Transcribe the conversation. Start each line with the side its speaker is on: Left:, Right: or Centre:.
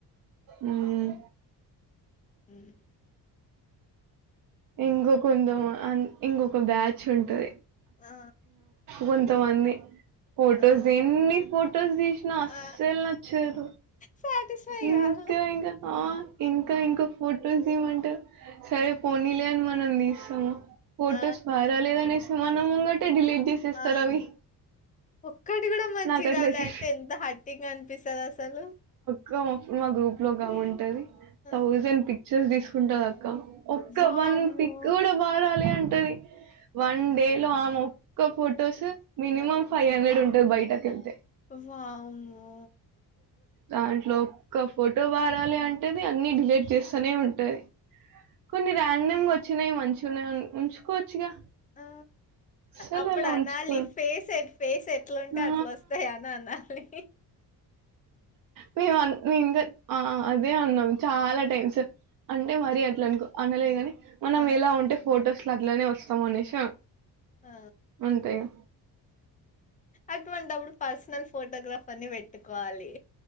Right: ఉమ్
Left: ఉమ్.
Right: ఇంకో కొంద మా ఇంకొక బ్యాచ్ ఉంటది
Left: ఆ
Right: కొంతమంది ఫొటోస్
Left: ఆ
Right: ఎన్ని ఫో టోస్ తీసిన అసల్
Left: ఆ
Right: నచదు
Left: సాటిస్ఫై
Right: ఇంకా
Left: కాదు
Right: ఇంకా ఆ ఇంకా ఇంకా ఫొటోస్ తీమంటారు సరే పోనీలే అని మనందిస్తాము ఫొటోస్
Left: ఆ
Right: బరలేదనేసి మన ముంగటె డిలీట్ చేసేస్తారు
Left: ఆ
Right: అవి
Left: ఒక్కటి కూడా మంచి
Right: నాకు అట్లా
Left: రాలే
Right: చేసి
Left: అంటే ఎంత హట్టింగ్ అన్ పిస్తది అసలు
Right: క్వ మా గ్రూప్ లో గామే ఉంటది
Left: ఆ.
Right: థౌజండ్ పిక్చర్స్ తీసుకుంటాది అ క ఒక్క
Left: వామ్మో
Right: వన్ పిక్ కూడా బారాలె అంటది వన్ డే లో ఆ ఒక్క ఫొటోస్ మినిమం ఫైవ్ హండ్రెడ్ ఉంటది బయటకు వెళ్తే
Left: వామ్మో
Right: దాంట్లో ఒక్క ఫోటో బాగారాలే అంటది అన్ని డిలీట్ చేస్తనే ఉంటది కొన్ని ర్యాండమ్ గా వచ్చినాయి మంచిగనే ఉన్నయి ఉంచుకోవచ్చుగా
Left: ఆ
Right: అస్సలు
Left: అప్పుడు
Right: అలా
Left: అనాలి
Right: ఉంచుకోరు.
Left: ఫేస్ ఫేస్ ఎట్లుంటే
Right: ఆ!
Left: అట్లా వస్తాయని అనాలి
Right: మేము మే ఇంకా ఆ అదే అన్నం చాలా టైమ్స్ అంటే మరీ అట్లా అనుకో అనలేగాని మనం
Left: ఆ
Right: ఎలా ఉంటే ఫొటోస్ల అట్లనే వస్ స్తం అనేషి
Left: ఆ
Right: అంతే ఇగ
Left: అటువంటప్పుడు పర్సనల్ ఫోటోగ్రాఫర్ని పెట్టుకోవాలి